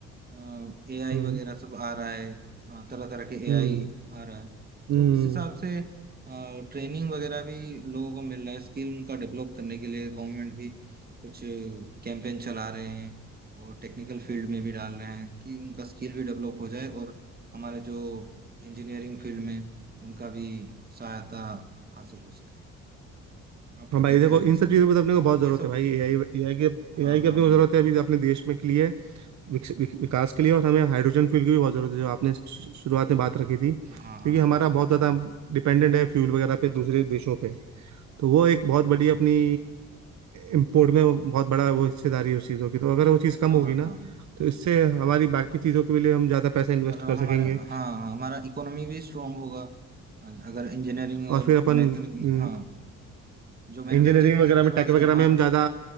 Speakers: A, on the right; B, on the right.
A: एआई
B: हम्म
A: वगैरह सब आ रहा है तरह तरह के एआई
B: हम्म
A: आ रहा है
B: हम्म
A: तो उस हिसाब से ट्रेनिंग वगैरह भी लोगों को मिल रहा है स्किल उनका डेवलप करने के लिए गवर्नमेंट भी कुछ कैंपेन चला रहे हैं और टेक्निकल फील्ड में भी डाल रहे हैं कि उनका स्किल भी डेवलप हो जाए और हमारे जो इंजीनियरिंग फील्ड में उनका भी सहायता हासिल हो सके आपका
B: हाँ
A: क्या
B: भाई देखो
A: ख्याल
B: इन
A: है इसमें
B: सब चीज़ों पे तो अपने को बहुत ज़रूरत
A: ये सब
B: है भाई एआई एआई की
A: हाँ
B: एआई की
A: हाँ
B: अपने को ज़रूरत है अभी अपने देश में के लिए विकस- विक- विकास के लिए और हमें हाइड्रोजन फ्यूल की भी बहुत ज़रूरत है जो आपने शु- शुरुआत में बात रखी थी क्योंकि
A: हाँ हाँ
B: हमारा
A: हाँ जरूर
B: बहुत ज़्यादा
A: जरूर
B: डिपेंडेंट है फ्यूल वगैरह पे दूसरे देशों पे तो वो एक बहुत बड़ी अपनी इम्पोर्ट में बहुत बड़ा वो हिस्सेदारी है उस चीज़ों की तो अगर वो चीज़ कम
A: हाँ
B: होगी
A: हाँ
B: ना
A: हाँ
B: तो इससे हमारी बाकी चीज़ों के लिए हम ज़्यादा पैसा इन्वेस्ट
A: मतलब
B: कर सकेंगे
A: हमारा हाँ हाँ, हमारा इकोनॉमी भी स्ट्रांग होगा अगर इंजीनियरिंग
B: और
A: और
B: फिर अपन
A: मैकेनिक
B: हम्म,
A: हाँ जो मैन्युफैक्चरिंग
B: इंजीनियरिंग वगैरह
A: सेक्टर
B: में टेक
A: वगैरह
B: वगैरह
A: हाँ
B: में हम ज़्यादा